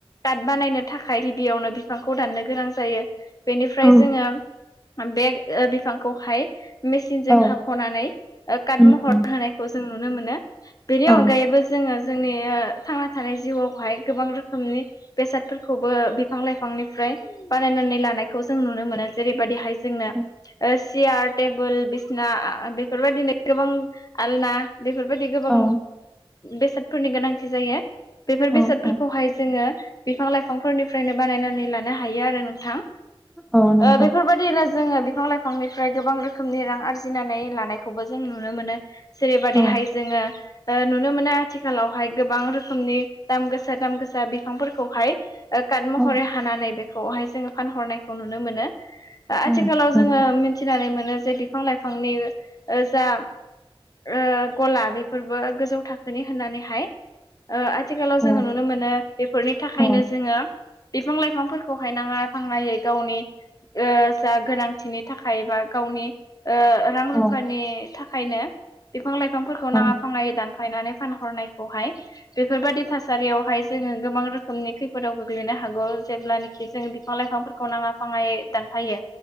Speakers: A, on the left; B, in the centre.
A: दाद बानायनो थाखाय गिबियावनो बिफांखौ दाननो गोनां जायो बेनिफ्राय
B: औ
A: जोङो बे बिफांखौहाय मेसिनजों
B: औ
A: हाख'नानै काट
B: उम
A: महर
B: उम
A: होनायखौ जों नुनो मोनो बेनि
B: औ
A: अनगायैबो जों जोङो जोंनि थांना थानाय जिउआवहाय गोबां रोखोमनि बेसादफोरखौबो बिफां लाइफांनिफ्राय बानायनानै लानाय जों नुनो मोनो जेरैबायदिहाय जोंनो
B: औ
A: सियार टेबोल बिसना बेफोरबायदिनो गोबां आलना बेफोरबायदि गोबां
B: औ
A: बेसादफोरनि गोनांथि जायो बेफोर
B: औ
A: बेसादफोरखौहाय
B: औ
A: जोङो बिफां लाइफांफोरनिफ्रायनो बानायनानै लानो हायो आरो नोंथां
B: औ नंगौ
A: ओ बेफोरबायदि बिदिनो जोङो बिफां लाइफांनिफ्राय गोबां रोखोमनि रां आरजिनानै लानायखौबो जों नुनो मोनो जेरैबादिहाय
B: औ
A: जोङो ओ नुनो मोनो आथिखालावहाय गोबां रोखोमनि दाम गोसा दाम गोसा बिफांफोरखौहाय काट महरै
B: औ
A: हानानै बेखौहाय जोङो फानहरनायखौ नुनो मोनो आथिखालाव
B: औ नंगौ
A: जोङो मिथिनानै मोनो जे बिफां लाइफांनि जा ओ गला बेफोरबो गोजौ थाखोनि होननानैहाय आथिखालाव
B: औ
A: जोङो नु नो मोनो बेफोरनि थाखायनो
B: औ
A: जोङो बिफां लाइफांफोरखौहाय नाङा फाङायै गावनि जा गोनांथिनि थाखाय बा गावनि रां
B: औ
A: रुफानि थाखायनो बिफां लाइफांफोरखौ
B: औ
A: नाङा फाङायै दानफायनानै फानहरनायखौहाय बेफोरबायदि थासारि सारियावहाय जोङो गोबां रोखोमनि खैफोदाव गोग्लैनो हागौ जेब्लानाखि जोङो बिफां लाइफांफोरखौ नाङा फाङायै दानफायो